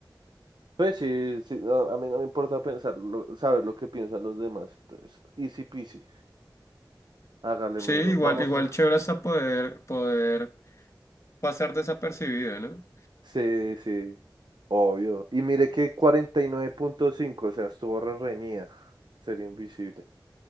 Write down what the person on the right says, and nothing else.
Pues sí, sí, a, a mí no me importa pensar, lo- saber lo que piensan los demás. Entonces, easy peasy. Hágale,
mi
bro. Vamos
a.
Sí, sí. Obvio. Y mire que 49.5, o sea, estuvo re reñida. Sería invisible.